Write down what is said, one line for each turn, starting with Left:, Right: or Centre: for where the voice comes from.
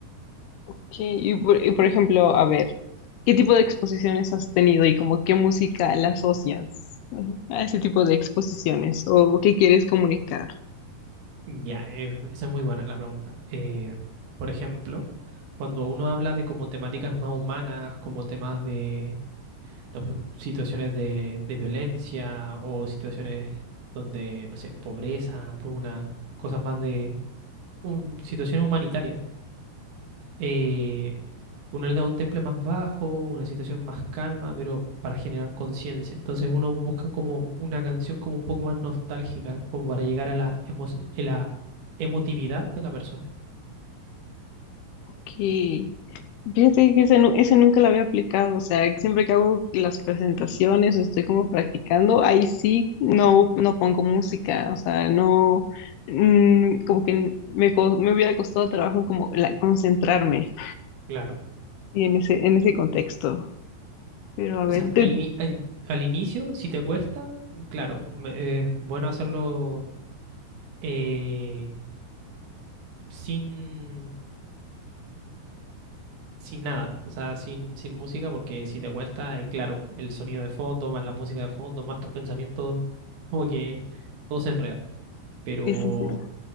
Left: Ok, Y por, y por ejemplo, a ver, ¿qué tipo de exposiciones has tenido y como qué música la asocias ajá, a ese tipo de exposiciones o qué quieres comunicar?
Right: Ya, eh, esa es muy buena la pregunta. Eh, por ejemplo, cuando uno habla de como temáticas más humanas, como temas de, las situaciones de, de violencia o situaciones donde, no sé, pobreza, hambruna, cosas más de un- situaciones humanitarias. eh, uno le da un temple más bajo, una situación más calma, pero para generar conciencia. Entonces uno busca como una canción como un poco más nostálgica, como para llegar a la, emo- a la emotividad de la persona.
Left: Que fíjate que ese, nu- ese nunca lo había aplicado, o sea, siempre que hago las presentaciones o estoy como practicando, ahí sí no, no pongo música, o sea, no, mm, como que me, co- me hubiera costado trabajo como la- concentrarme
Right: Claro.
Left: sí, en ese, en ese contexto. Pero a
Right: O
Left: ver,
Right: sea,
Left: tú,
Right: al, ini- al- al inicio, si te cuesta, claro, me- es bueno hacerlo. eh, sin, sin nada, o sea, sin, sin música, porque si te cuesta, eh, claro, el sonido de fondo, más la música de fondo, más tus pensamientos, como que todo se enreda. Pero
Left: sí, sí, sí,